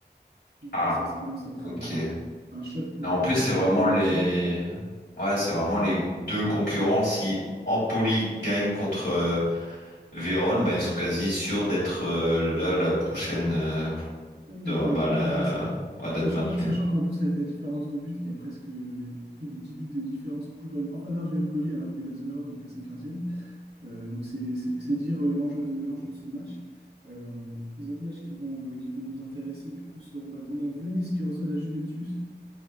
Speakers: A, on the right; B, on the left.
A: Donc
B: Ah,
A: là, ça s'annonce être
B: ok.
A: un, un-
B: Et
A: un choc pour,
B: en
A: euh,
B: plus,
A: pour,
B: c'est vraiment
A: pour le maintien.
B: les... Ouais, c'est vraiment les deux concurrents. Si Empoli gagne contre euh, Vérone, bah, ils sont quasi sûrs d'être euh, là la prochaine... euh,
A: D'être
B: dans-
A: maintenu,
B: bah, la...
A: ouais, c'est ça.
B: ouais, d'être
A: Sachant,
B: maintenus.
A: sachant qu'en plus, avec la différence de but, il y a presque il y a plus de 10 buts de différence pour, en faveur du Empoli, alors que l'AS Verona est classé quinzième Euh, donc, c'est c'est- c'est dire euh, l'enjeu de, l'enjeu de ce match. Euh, les autres matchs qui vont, euh, qui vont nous intéresser, du coup, seront bah, on a Venise qui reçoit la Juventus,